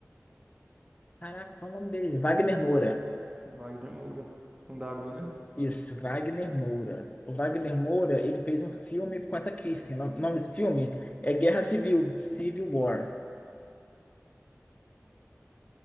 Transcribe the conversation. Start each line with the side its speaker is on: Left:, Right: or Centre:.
Left: Caraca, qual é o nome dele? Wagner Moura.
Right: Wagner Moura. Com W, né?
Left: Isso, Wagner Moura. O Wagner Moura, ele fez um filme com essa Kristen. O nome desse filme é Guerra Civil, Civil War.